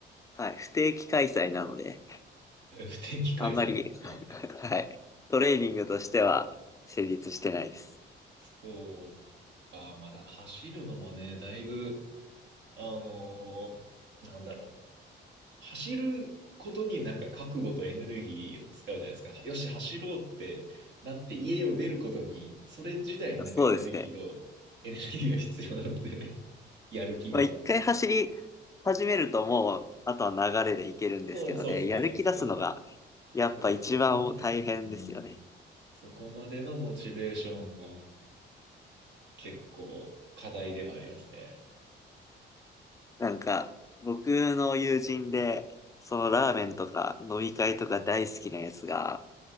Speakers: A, on the left; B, on the right.
A: はい、不定期開催なので、
B: え不定期開催なんです。
A: あんまり
B: はい。
A: <laughs> はい、トレーニングとしては成立してないです。
B: そうか、まあ、な走るのもね、だいぶ、あのーなんだろう。走ることになんか覚悟とエネルギーを使うじゃないですか。よし、走ろうってなって家を出ることに、それ自体になんかエネルギーを、
A: そうですね。
B: エネルギーが必要なんで、<laughs> やる気が。
A: まあ一回走り始めるともう、あとは流れでいけるんですけどね、
B: そう、そうですね、
A: やる気出すのが、
B: そうですね。
A: やっぱ一番大変ですよね。
B: そう、そこまで、うん。そこまでのモチベーションが結構課題ではありますね。
A: なんか、僕の友人で、そのラーメンとか飲み会とか大好きなやつが、